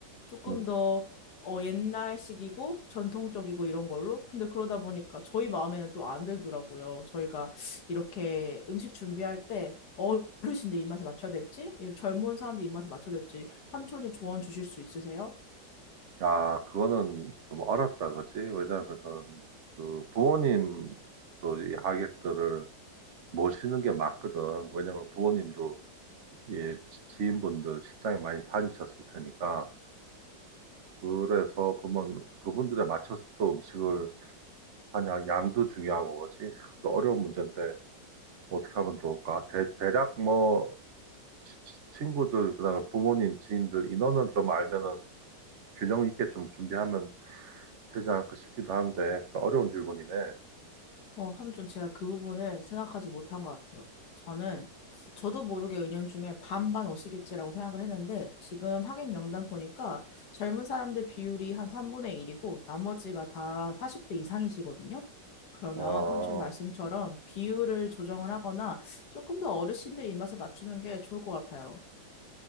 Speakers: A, on the left (about 65°); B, on the right (about 50°).
A: 조금
B: 음.
A: 더 어, 옛날식이고 전통적이고 이런 걸로. 근데 그러다 보니까 저희 마음에는 또 안 들더라고요. 저희가 이렇게 음식 준비할 때 어르신들 입맛에 맞춰야 될지, 이 젊은 사람들 입맛에 맞춰야 될지 삼촌이 조언 주실 수 있으세요?
B: 야, 그거는 좀 어렵다, 그지? 왜냐하면 그 부모님도 이 하객들을 모시는 게 맞거든. 왜냐면 부모님도 예, 지- 지인분들 식장에 많이 다니셨을 테니까. 그래서 그분 그분들에 맞춰서 또 음식을 하냐 양도 중요하고 그지? 좀 어려운 문제인데 어떻게 하면 좋을까? 대, 대략 뭐 치- 치- 친구들 그다음에 부모님 지인들 인원은 좀 알면은 균형 있게 좀 준비하면 되지 않을까 싶기도 한데 좀 어려운 질문이네.
A: 어, 삼촌 제가 그 부분을 생각하지 못한 것 같아요. 저는 저도 모르게 은연중에 반반 오시겠지라고 생각을 했는데 지금 하객 명단 보니까 젊은 사람들 비율이 한 3분의 1이고 나머지가 다 40대 이상이시거든요. 그러면
B: 어,
A: 삼촌 말씀처럼 비율을 조정을 하거나 조금 더 어르신들 입맛에 맞추는 게 좋을 것 같아요.